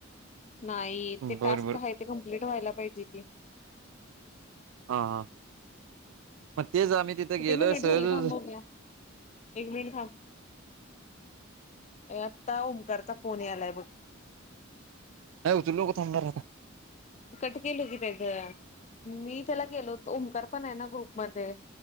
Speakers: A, on the left (about 35°); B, on the right (about 75°).
A: नाही ते
B: बरोबर
A: टास्क आहे ते कंमप्लीट व्हायला पाहिजे की.
B: हा हा. मग तेच आम्ही तिथं
A: किती
B: गेलो
A: मिनिट
B: सहज
A: झाले थांब बघुया, एक मिनिट थांब. आता ओमकारचा फोन यालाय बघ.
B: हे ऊचलु नको. थांबणार आता
A: कट केलो कि तेज. मी त्याला केलो होतो, ओमकार पण आहे ना ग्रुपमध्ये,